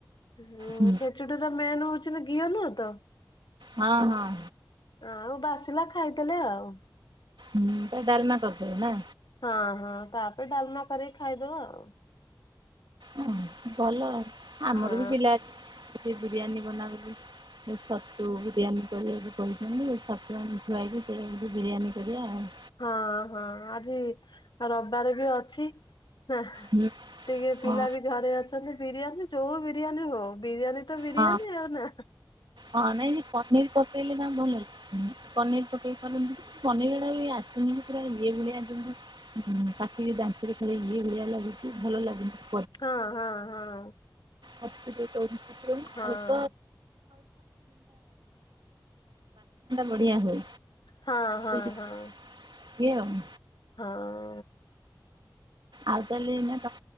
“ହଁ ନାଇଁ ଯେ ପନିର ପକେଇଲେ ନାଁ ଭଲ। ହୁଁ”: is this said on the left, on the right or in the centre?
Right